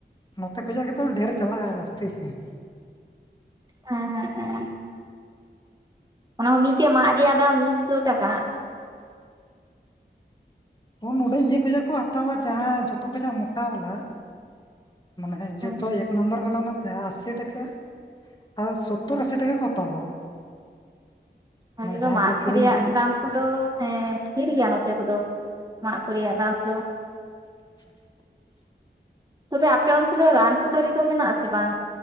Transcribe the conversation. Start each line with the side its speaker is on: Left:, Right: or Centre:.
Left: ᱱᱚᱛᱮ ᱠᱷᱚᱡᱟ ᱜᱮᱛᱚ ᱰᱷᱮᱨᱮ ᱪᱟᱞᱟᱜᱼᱟ ᱡᱟᱹᱥᱛᱤ ᱦᱮᱸ
Right: ᱦᱮᱸ ᱦᱮᱸ ᱦᱮᱸ ᱚᱱᱟ ᱦᱚᱸ ᱢᱤᱜᱴᱮᱜ ᱢᱟᱜ ᱨᱮᱭᱟᱜ ᱫᱟᱢ ᱢᱤᱜᱥᱳ ᱴᱟᱠᱟ
Left: ᱚ ᱱᱚᱸᱰᱮ ᱤᱭᱟᱹ ᱠᱷᱚᱡᱟᱜ ᱠᱚ ᱦᱟᱛᱟᱣᱟ ᱡᱟᱦᱟ ᱡᱚᱛᱚ ᱠᱷᱚᱡᱟᱜ ᱢᱳᱴᱟ ᱵᱟᱞᱟ ᱢᱟᱱᱮ
Right: ᱦᱮᱸ
Left: ᱡᱚᱛᱚ ᱮᱠ ᱱᱚᱢᱵᱚᱨ ᱵᱟᱞᱟ ᱟᱥᱤ ᱴᱟᱠᱟ ᱟᱨ ᱥᱳᱛᱛᱳᱨ ᱟᱥᱤ ᱴᱟᱠᱟ ᱠᱚ ᱦᱟᱛᱟᱣᱟ
Right: ᱟᱞᱮ
Left: ᱢᱟᱱᱮ
Right: ᱫᱚ
Left: ᱡᱟᱦᱟᱸᱭ
Right: ᱢᱟᱛ
Left: ᱠᱚ ᱠᱤᱨᱤᱧ
Right: ᱨᱮᱭᱟᱜ ᱫᱟᱢ <unintelligible> ᱫᱚ ᱦᱮᱸ ᱰᱷᱤᱨ ᱜᱮᱭᱟ ᱱᱚᱛᱮ ᱠᱚᱫᱚ ᱢᱟᱜ ᱠᱚ ᱨᱮᱭᱟᱜ ᱫᱟᱢ ᱫᱚ
Left: <inaudible>
Right: ᱛᱚᱵᱮ ᱟᱯᱮ ᱚᱱᱛᱮ ᱫᱚ ᱨᱟᱱ ᱠᱚ ᱫᱟᱨᱮ ᱫᱚ ᱢᱮᱱᱟᱜ ᱟᱥᱮ ᱵᱟᱝ?